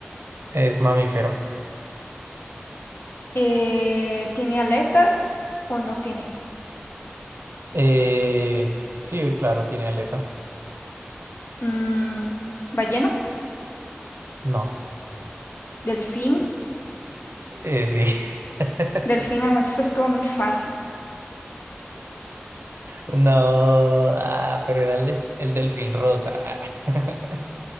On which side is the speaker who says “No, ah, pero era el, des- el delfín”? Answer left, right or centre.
Right